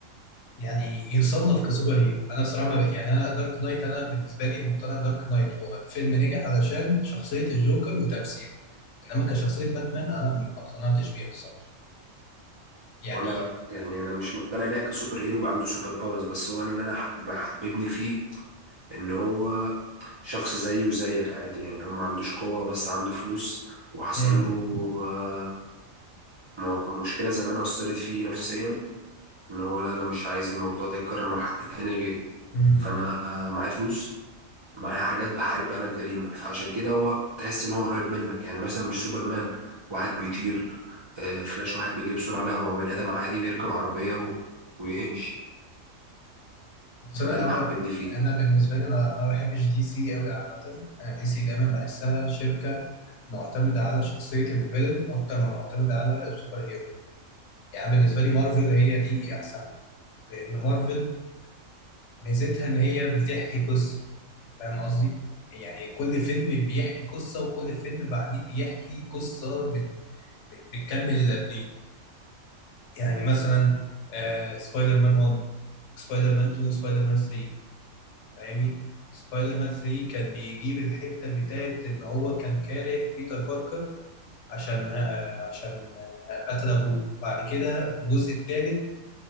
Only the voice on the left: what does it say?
يعني يصنف كسوبر هيرو انا صراحه ما ب... يعني انا دارك نايت انا بالنسبه لي مقتنع دارك نايت هو فيلم نجح علشان شخصيه الجوكر وتمثيله انما كشخصيه باتمان انا ما اقتنعتش بيها الصراحه يعني
<clears throat> امم
امم
بس
انا
انا
انا بالنسبه لي انا انا ما بحبش دي سي قوي عامه انا دي سي دايما بحسها شركه معتمده على شخصيه الفيلن اكتر ما معتمده على السوبر هيرو يعني بالنسبه لي مارفل هي دي احسن لان مارفل ميزتها ان هي بتحكي قصه فاهم قصدي يعني كل فيلم بيحكي قصه وكل فيلم بعديه بيحكي قصه بت بت بتكمل اللي قبليه يعني مثلا آه سبايدر مان 1 سبايدر مان 2 سبايدر مان 3 فاهمني سبايدر مان 3 كان بيجيب الحتة بتاعت ان هو كان كاره بيتر باركر عشان آه، عشان آه، قتل ابوه بعد كده في الجزء الثالث